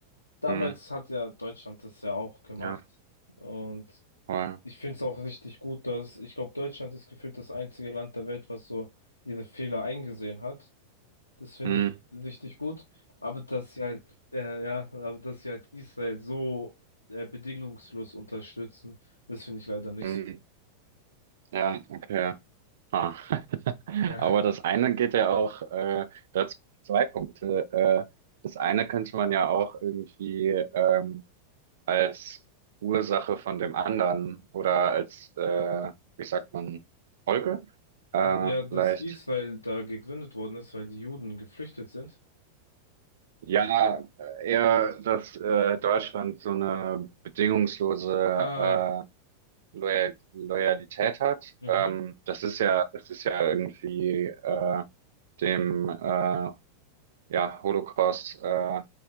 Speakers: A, on the left (about 80°); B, on the right (about 60°).
A: damals
B: Mhm.
A: hat ja Deutschland das ja auch gemacht.
B: Ja,
A: Und
B: voll.
A: ich finde es auch richtig gut, dass ich glaube, Deutschland ist gefühlt das einzige Land der Welt, was so ihre Fehler eingesehen hat. Das finde
B: Mhm.
A: ich richtig gut. Aber dass sie halt, äh, ja, aber dass sie halt Israel so äh, bedingungslos unterstützen, das finde ich leider nicht
B: Mhm.
A: so.
B: <laughs> Ja, okay. Ah. <laughs>
A: Ja.
B: Aber das eine geht ja auch, äh, dazu zwei Punkte. Äh, das eine könnte man ja auch irgendwie ähm, als Ursache von dem anderen oder als, äh, wie sagt man, Folge? Äh,
A: Ja, dass
B: vielleicht.
A: Israel da gegründet worden ist, weil die Juden geflüchtet sind.
B: Ja, eher, dass äh, Deutschland so eine bedingungslose
A: Ah.
B: äh, Loyal Loyalität hat.
A: Mhm.
B: Ähm, das ist ja, das ist ja irgendwie äh, dem äh, ja, Holocaust, äh,